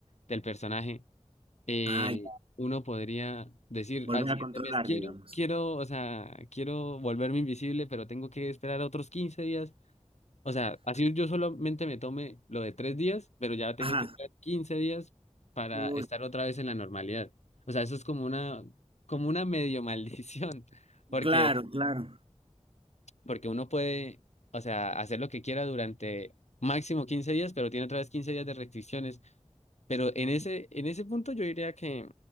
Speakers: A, on the left (about 70°); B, on the right (about 50°).
A: del personaje, eh,
B: ah, ya,
A: uno podría decir
B: volver
A: al siguiente
B: a controlar,
A: mes, quiero,
B: digamos.
A: quiero, o sea, quiero volverme invisible, pero tengo que esperar otros 15 días. O sea, así yo solamente me tome lo de tres días, pero ya tengo
B: Ajá.
A: que esperar 15 días para
B: Uy,
A: estar otra vez en la normalidad. O sea, eso es como una, como una medio maldición. <laughs> Porque,
B: claro, claro.
A: porque uno puede, o sea, hacer lo que quiera durante máximo 15 días, pero tiene otra vez 15 días de restricciones. Pero en ese, en ese punto yo diría que